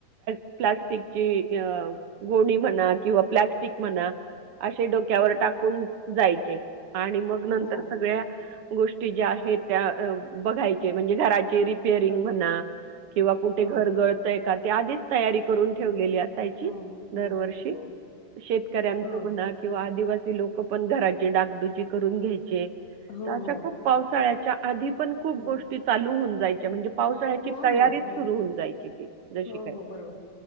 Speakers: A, on the right (about 65°); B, on the left (about 50°).
A: प्लास्टिक. <unintelligible> गोणी म्हणा किंवा प्लास्टिक म्हणा असे डोक्यावर टाकून जायचे. आणि मग नंतर
B: हो.
A: सगळ्या गोष्टी ज्या आहेत त्या अ बघायचे म्हणजे घरा चे रिपेरिंग
B: हं.
A: म्हणा किंवा कुठे
B: हो.
A: घर घर एखा ते आधीच तयारी करून
B: हं.
A: ठेवलेली असायची
B: हो, हो, हो,
A: दरवर्षी
B: हो.
A: शेतकऱ्यांचं
B: हो.
A: म्हणा किंवा आदिवा सी लोकं पण घराची डागडुजी करून घ्यायचे.
B: हो,
A: तर अशा
B: हो.
A: खूप पावसाळ्या च्या आधी पण खूप
B: हं.
A: गोष्टी चालू हून जायच्या म्हणजे पावसाळ्याची
B: हो,
A: तयारीच
B: हो, हो.
A: सुरु होऊन जायची ती. जशी
B: हो
A: काही
B: हो बरोबर.